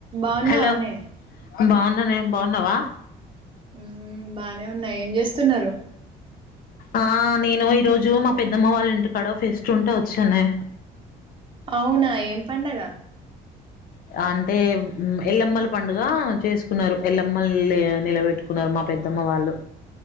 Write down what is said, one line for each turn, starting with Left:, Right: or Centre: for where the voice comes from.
Right: బాగున్నావానే
Left: Hello బాగున్నానే బాగున్నావా
Right: మ్మ్ బానే ఉన్నా ఏం చేస్తున్నారు
Left: ఆ నేను ఈ రోజు మా పెద్దమ్మ వాళ్ళ ఇంటికాడో ఓ ఫెస్ట్ ఉంటే వచ్చానే
Right: అవునా ఏం పండగ
Left: అంటే ఎల్లమ్మల పండుగ చేసుకున్నారు ఎల్లమ్మలు నిలబెట్టుకున్నారు మా పెద్దమ్మ వాళ్ళు